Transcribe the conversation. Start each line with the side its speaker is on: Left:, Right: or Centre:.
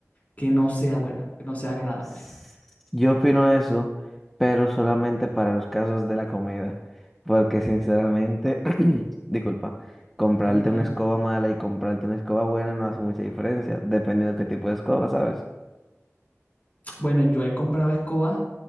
Left: que no sea buena, que no sea agradable.
Centre: S- Yo opino eso, pero solamente para los casos de la comida, porque sinceramente, <clears throat> disculpa, comprarte
Left: Tranquilo.
Centre: una escoba mala y comprarte una escoba buena no hace mucha diferencia, dependiendo de qué tipo de escoba, ¿sabes?
Left: Bueno, yo he comprado escobas